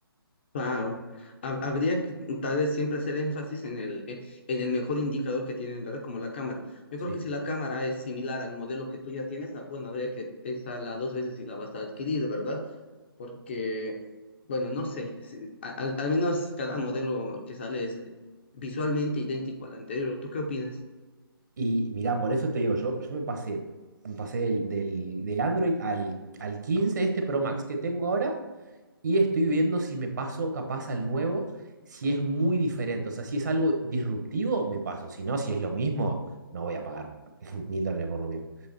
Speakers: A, on the left; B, on the right.
A: claro. Ha- habría que tal vez siempre hacer énfasis en el, eh, en el mejor indicador que tienen, ¿verdad? Como la cámara. Yo
B: Sí.
A: creo que si la cámara es similar al modelo que tú ya tienes, ah, bueno, habría que pensarla dos veces si la vas a adquirir, ¿verdad? porque, bueno, no sé, si- a- al, al menos cada modelo que sale es visualmente idéntico al anterior. ¿Tú qué opinas?
B: Y mirá, por eso te digo, yo, yo me pasé, me pasé del, del, del Android al, al 15 este Pro Max que tengo ahora y estoy viendo si me paso capaz al nuevo, si es muy diferente, o sea, si es algo disruptivo, me paso, si no, si es lo mismo, no voy a pagar <laughs> mil dólares por lo mismo.